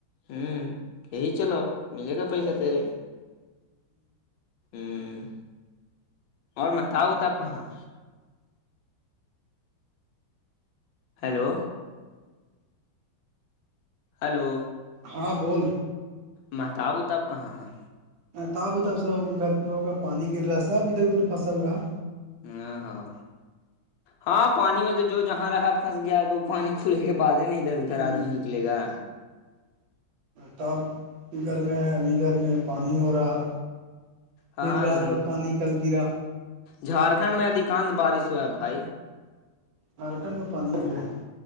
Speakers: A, on the left; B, on the right.
A: ہوں یہی چلاؤ ملے گا
B: اچھا
A: پیسہ تیرے ہوں اور میںتاؤتا آپ کہاں ہیلو ہلو
B: ہاں بول
A: میںتا آب توب کہاں ہیں
B: ت اب اد اب س گھر پہ ہوگا پانی گرا ہے اب ادھر ادھر پھنسا ہوا ہے
A: ا ہاں ہاں پانی میں تو جو جہاں رہا پھنس گیا تو پانی کھلے کے بع ہے نا ادھر
B: ہے
A: ادھر آدمی نکلے گا
B: تب گھر میں ہے عمی گھر میں پانی ہو رہا
A: ہاں
B: پھر رات
A: دھن
B: بھر پانی کل گرا
A: جھارکھنڈ میں ادھیکانش بارش ہوا ہے بھائی
B: ہر کر میں پن بھی رہے ہیں